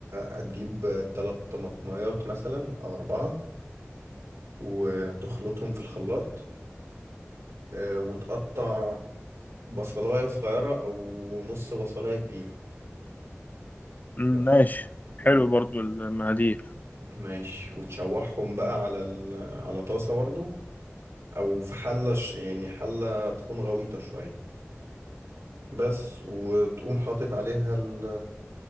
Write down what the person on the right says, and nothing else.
هتجيب تلات طماطميات مثلا او اربعة وتخلطهم في الخلاط آه، وتقطع بصلاية صغيرة او نص بصلاية كبيرة
بس
و...
ماشي وتشوحهم بقى على ال... على طاسة برضو أو في حلة ش... يعني حلة تكون غويطة شوية بس وتقوم حاطط عليها ال...